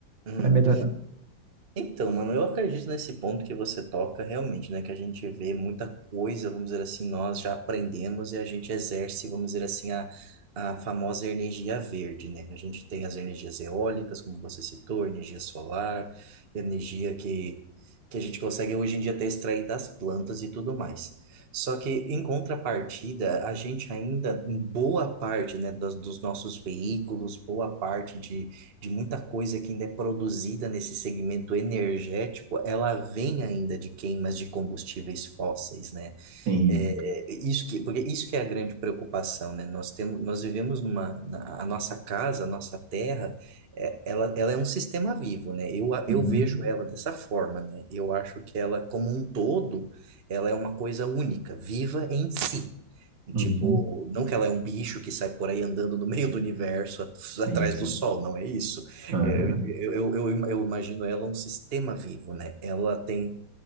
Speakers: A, on the right; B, on the right.
A: Uhum.
B: vai melhorar.
A: Então, mano, eu acredito nesse ponto que você toca realmente, né? Que a gente vê muita coisa, vamos dizer assim, nós já aprendemos e a gente exerce, vamos dizer assim, a, a famosa energia verde, né? A gente tem as energias eólicas, como você citou, energia solar, energia que, que a gente consegue hoje em dia até extrair das plantas e tudo mais. Só que, em contrapartida, a gente ainda, em boa parte, né, dos, dos nossos veículos, boa parte de de muita coisa que ainda é produzida nesse segmento energético, ela vem ainda de queimas de combustíveis fósseis, né?
B: Sim.
A: É, é, isso que, porque isso que é a grande preocupação, né? Nós temos, nós vivemos numa, na, a nossa casa, a nossa terra, é, ela, ela é um sistema vivo, né? Eu, a-
B: Uhum.
A: eu vejo ela dessa forma, né? Eu acho que ela, como um todo, ela é uma coisa única, viva em si.
B: Uhum.
A: Tipo, não que ela é um bicho que sai por aí andando no meio do universo, at-
B: Sim,
A: atrás
B: sim.
A: do sol, não é isso.
B: Aham.
A: É, Eu, eu, eu, eu imagino ela um sistema vivo, né? Ela tem